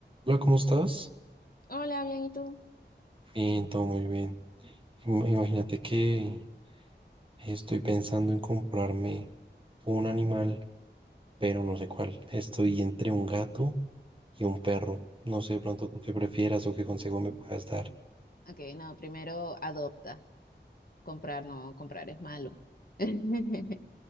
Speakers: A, on the right; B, on the left.
A: Hola, ¿cómo estás?
B: Hola, bien, ¿y tú?
A: Bien, todo muy bien. Im- Imagínate que estoy pensando en comprarme un animal, pero no sé cuál. Estoy entre un gato y un perro. No sé de pronto tú qué prefieras o qué consejo me puedas dar.
B: Ok, no, primero adopta. Comprar, no, comprar es malo. <laughs>